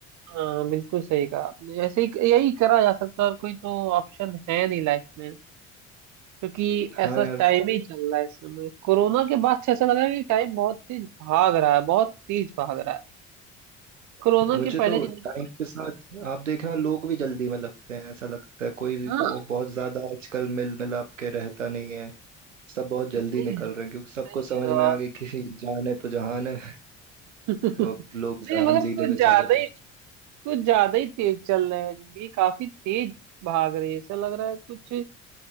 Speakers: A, on the right; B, on the right.
A: हाँ बिल्कुल सही कहा आपने ऐसे ही यही करा जा सकता है और कोई तो ऑप्शन है नहीं लाइफ में क्योंकि
B: हाँ
A: ऐसा
B: यार
A: टाइम ही चल रहा है इस समय कोरोना के बाद से ऐसा लग रहा है कि टाइम बहुत तेज भाग रहा है बहुत तेज भाग रहा है कोरोना
B: मुझे
A: के पहले
B: तो
A: जिंदगी
B: टाइम के साथ आप देखना लोग भी जल्दी में लगते हैं ऐसा लगता है कोई
A: हाँ
B: बहु- बहुत ज्यादा आजकल मिल मिलाप के रहता नहीं है सब बहुत जल्दी
A: सही
B: निकल
A: है सही
B: रहे हैं क्योंकि सबको
A: कह
B: समझ
A: रहे
B: में
A: हो आप
B: आ गई कि <laughs> जान है तो जहान है
A: <laughs>
B: तो अब लोग
A: नहीं
B: जहान
A: मगर
B: जीने
A: कुछ
B: में
A: ज्यादा
B: चले गए
A: ही कुछ ज्यादा ही तेज चल रहे हैं जिंदगी काफी तेज भाग रही है ऐसा लग रहा है कुछ